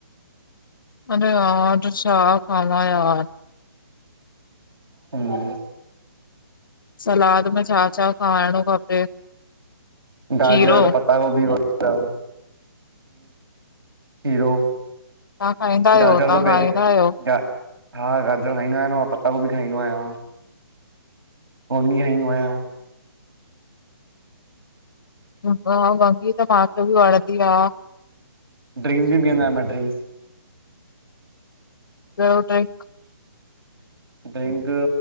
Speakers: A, on the left; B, on the right.
A: अडरे यार छा खां यार!
B: हम्म
A: सलाद में छा- छा खाइणो खपे?
B: गाजर,
A: खीरो
B: पता गोभी व हम खीरो।
A: तव्हां खाईंदा आहियो?
B: गाजर
A: तव्हां
B: त पहिरि,
A: खाईंदा आहियो?
B: गा हा गाजर खाईंदो आहियां मां पता गोबी खाईंदो आहियां गोबी खाईंदो आहियां।
A: हा, वंगी त मांखे बि वणंदी आ।
B: ड्रिंस बि पिअंदा आहिन न ड्रिंक्स।
A: र टाइ <unintelligible>
B: ड्रिंक